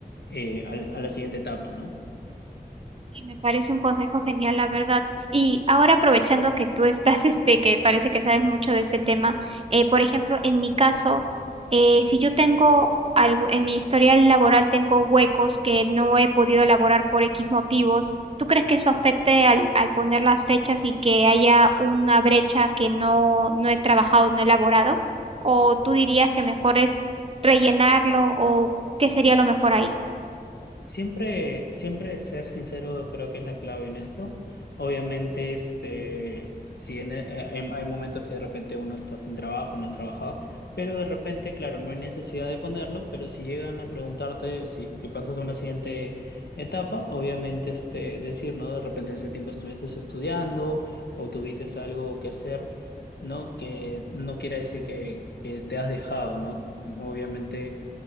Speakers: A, on the left; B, on the right.
A: eh, al- a la siguiente etapa, ¿no?
B: Y me parece un consejo genial, la verdad. Y ahora aprovechando que tú estás, <laughs> este, que parece que sabes mucho de este tema, eh, por ejemplo, en mi caso, eh, si yo tengo algo, en mi historial laboral tengo huecos que no he podido elaborar por X motivos, ¿tú crees que eso afecte al, al poner las fechas y que haya una brecha que no, no he trabajado, no he elaborado? ¿O tú dirías que mejor es rellenarlo o qué sería lo mejor ahí?
A: Siempre, siempre ser sincero creo que es la clave en esto. Obviamente, este, si en- eh, em- hay momentos que de repente uno está sin trabajo, no ha trabajado, pero de repente, claro, no hay necesidad de ponerlo, pero si llegan a preguntarte si es que pasas a una siguiente etapa, obviamente, este, decir, ¿no? De repente ese tiempo estuviste estudiando o tuviste algo que hacer, ¿no? Que no quiera decir que, que te has dejado, ¿no? Obviamente